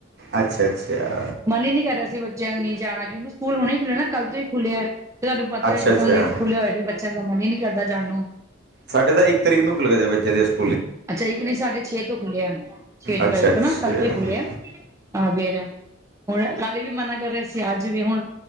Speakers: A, on the right; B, on the right.
A: ਅੱਛਾ ਅੱਛਾ
B: ਮਨ ਹੀ ਨੀ ਕਰ ਰਿਹਾ ਸੀ ਬ ਬ ਨਹੀਂ ਜਾਣਾ ਕਿਉਂਕਿ ਸਕੂਲ ਹੁਣੇ ਹੀ ਖੁੱਲਿਆ ਨਾ ਕੱਲ ਤੋਂ ਹੀ ਖੁੱਲ੍ਹਿਆ ਤੇ ਤੁਹਾਨੂੰ ਪਤਾ
A: ਅੱਛਾ
B: ਇੱਦਾਂ
A: ਅੱਛਾ
B: ਲੇਟ ਖੁੱਲ੍ਹਿਆ ਹੋਇਆ ਸੀ ਬੱਚੇ ਬੱਚਿਆਂ ਦਾ ਮਨ ਹੀ ਨੀ ਕਰਦਾ ਜਾਣ ਨੂੰ
A: ਸਾਡੇ ਤਾਂ ਇੱਕ ਤਰੀਕ ਨੂੰ ਖੁੱਲ ਗਏ ਬੱਚਿਆਂ ਦੇ ਸਕੂ
B: ਅੱਛਾ ਇਕ ਨਹੀਂ ਸਾਡੇ ਛੇ ਤੋਂ ਖੁੱਲ੍ਹਿਆ ਛੇ ਜੁਲਾਈ
A: ਅੱਛਾ ਅੱਛਾ
B: ਤੋਂ ਨਾ ਕੱਲ ਤੋਂ ਹੀ ਖੁੱਲਿਆ। <unintelligible> ਹੁਣ ਕੱਲ ਵੀ ਮਨਾ ਕਰ ਰਹਾ ਸੀ ਅੱਜ ਵੀ ਹੁਣ